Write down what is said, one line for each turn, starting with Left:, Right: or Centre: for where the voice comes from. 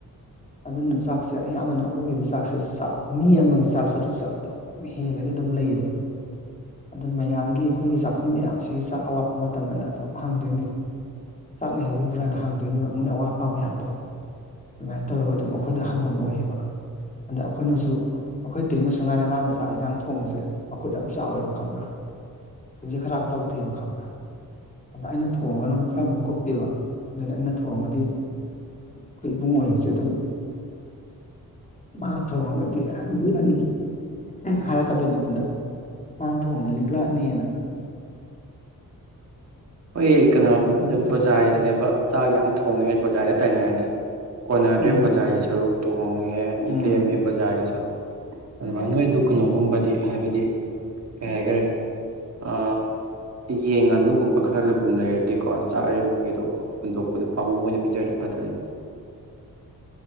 Left: ꯑꯗꯨꯅ ꯆꯥꯛꯁꯦ ꯑꯌꯥꯝꯕꯅ ꯑꯩꯈꯣꯏꯒꯤꯗꯤ ꯆꯥꯛꯁꯦ ꯆꯥꯛ ꯃꯤ ꯑꯃꯒꯤ ꯆꯥꯛ ꯆꯔꯨꯛꯁꯦ ꯑꯗꯨꯝ ꯍꯦꯜꯂꯒ ꯑꯗꯨꯝ ꯂꯩꯌꯦꯕ ꯑꯗꯨꯅ ꯃꯌꯥꯝꯒꯤ ꯑꯩꯈꯣꯏꯒꯤ ꯆꯥꯛꯈꯨꯝ ꯃꯌꯥꯝꯁꯤꯒꯤ ꯆꯥꯛ ꯑꯋꯥꯠꯄ ꯃꯇꯝꯗꯅ ꯑꯗꯨꯝ ꯍꯪꯗꯣꯏꯅꯤ ꯆꯥꯛ ꯂꯩꯍꯧꯔꯤꯕ꯭ꯔꯥꯅ ꯍꯪꯗꯣꯏꯅꯦꯕ ꯃꯣꯏ ꯑꯋꯥꯠ ꯑꯄꯥ ꯃꯌꯥꯝꯗꯣ ꯑꯗꯨꯃꯥꯏꯅ ꯇꯧꯔꯒ ꯑꯗꯨꯝ ꯑꯩꯈꯣꯏꯗ ꯍꯪꯐꯝ ꯑꯣꯏꯌꯦꯕ ꯑꯗ ꯑꯩꯈꯣꯏꯅꯁꯨ ꯑꯩꯈꯣꯏ ꯇꯩꯃꯁꯨ ꯉꯥꯏꯔꯦ ꯃꯥꯅ ꯆꯥꯛ ꯌꯦꯟꯁꯥꯡ ꯊꯣꯡꯕꯁꯦ ꯃꯈꯨꯠ ꯌꯥꯝ ꯆꯥꯎꯋꯦꯕ ꯈꯪꯕ꯭ꯔꯥ ꯈꯖꯤꯛ ꯈꯔ ꯇꯧꯗꯦꯕ ꯈꯪꯕ꯭ꯔꯥ ꯑꯗ ꯑꯩꯅ ꯊꯣꯡꯉꯅ ꯑꯃꯨꯛ ꯈꯔ ꯑꯃꯨꯛ ꯀꯨꯞ ꯆꯠꯇꯦꯕ ꯑꯗꯨꯅ ꯑꯩꯅ ꯊꯣꯡꯉꯗꯤ ꯑꯩꯈꯣꯏ ꯏꯕꯨꯡꯉꯁꯦ ꯑꯗꯨꯝ ꯃꯥꯅ ꯊꯣꯡꯉꯒ ꯑꯅꯤ ꯍꯥꯏꯔꯛꯀꯗꯣꯏꯅꯦ ꯑꯩꯉꯣꯟꯗ <unintelligible> ꯃꯥꯅ ꯊꯣꯡꯉꯗ ꯂꯤꯛꯂꯛꯑꯅꯤꯅ
Right: ꯍꯣꯏ ꯀꯩꯅꯣ
Left: ꯑꯗꯨꯅꯤ
Right: ꯑꯗꯨꯝ
Left: ꯇꯧꯔꯤꯁꯦ
Right: ꯄꯨꯕꯖꯥꯔꯤꯗꯅꯦꯕ ꯆꯥꯛ ꯌꯥꯝ ꯊꯣꯡꯉꯦ ꯕꯖꯥꯔꯤꯗ ꯇꯥꯏꯅꯔꯅꯤ ꯀꯣꯟꯅꯗ꯭ꯔꯦ
Left: ꯎꯝ
Right: ꯄꯨ꯭ꯔꯖꯥꯒꯤ ꯁꯔꯨꯛ ꯇꯣꯡꯉꯦ ꯑꯩ
Left: ꯎꯝ
Right: ꯂꯦꯝꯃꯦ ꯄꯨꯖꯥꯒꯤ ꯁꯔꯨꯛ ꯑꯗꯨꯃꯥꯏꯅ ꯅꯣꯏꯗꯨ ꯀꯩꯅꯣꯒꯨꯝꯕꯗꯤ ꯍꯥꯏꯕꯗꯤ ꯀꯩ ꯍꯥꯏꯈꯔꯦ ꯑ ꯌꯦꯟ ꯉꯥꯅꯨꯒꯨꯝꯕ ꯈꯔ ꯂꯣꯏꯕꯐꯝ ꯂꯩꯔꯗꯤꯀꯣ ꯆꯥꯛ ꯑꯔꯦꯝ ꯑꯃꯛꯩꯗꯣ ꯍꯨꯟꯗꯣꯛꯄꯗꯣ ꯄꯥꯝꯃꯣꯏ ꯑꯣꯏꯅ ꯄꯤꯖꯔꯗꯤ ꯐꯗꯣꯏꯅꯦ <unintelligible>